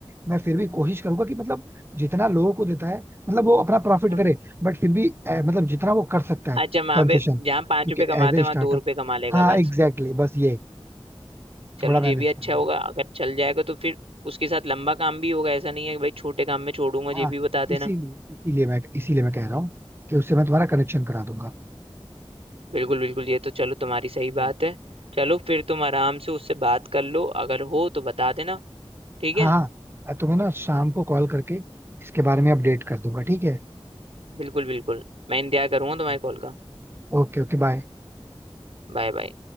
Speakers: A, on the right; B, on the right.
A: मैं फिर भी कोशिश करूंगा कि मतलब जितना लोगों को देता है मतलब वो अपना प्रॉफिट
B: हम्म,
A: करे बट फिर भी अ, मतलब जितना वो कर सकता है
B: अच्छा वहां
A: कंसेशन
B: पे जहाँ पांच
A: क्योंकि
B: रुपए कमाते
A: एज ए
B: हैं
A: स्टार्टअप
B: वहां दो रुपए कमा लेगा
A: हाँ
B: बस
A: एग्जैक्टली exactly, बस ये
B: चलो
A: थोड़ा
B: ये
A: मैनेज
B: भी अच्छा
A: करना
B: होगा
A: है
B: अगर चल जाएगा तो फिर उसके साथ लंबा काम भी होगा ऐसा नहीं है कि भाई छोटे काम में छोड़ूंगा ये
A: हाँ
B: भी बता देना
A: इसीलिए इसीलिए मैं इसीलिए मैं कह रहा हूँ कि उससे मैं तुम्हारा कनेक्शन करा दूंगा
B: बिल्कुल बिल्कुल ये तो चलो तुम्हारी सही
A: ठीक
B: बात
A: है
B: है चलो फिर तुम आराम से उससे बात कर लो अगर हो तो बता देना ठीक
A: हाँ
B: है
A: हाँ मैं तुम्हें ना शाम को कॉल करके इसके बारे में अपडेट कर दूंगा ठीक है
B: बिल्कुल बिल्कुल मैं इंतजार करूंगा
A: ठीक
B: तुम्हारे
A: है
B: कॉल का
A: ओके Okay bye
B: Bye bye